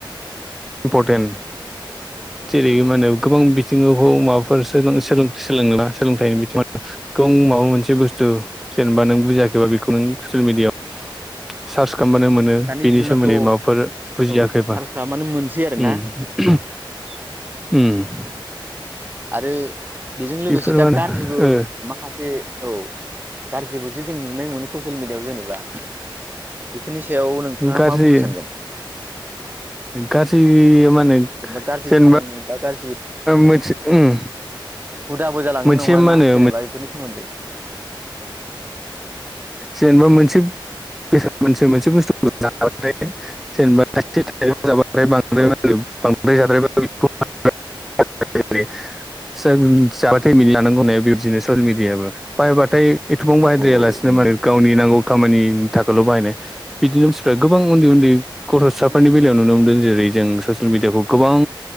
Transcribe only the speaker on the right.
औ
दानि
दिनावथ'
औ सार्च खालामबानो मोनसै
आरो ना
आरो बेजों लोगोसे
दा
गारजिबो
माखासे औ गारजिबो जे जों नुनाय मोनो ससियेल मिडियाव जेनेबा फोनि सायाव नोंथाङा
मा बुंनो सानगोन
जेनेबा गाज्रि
खामानि बा गाज्रि
हुदाबो जालांनो
नङा
ना
जेनेबा बेफोरनि सोमोन्दै
औ
<inaudible>
औ औ औ नंगौ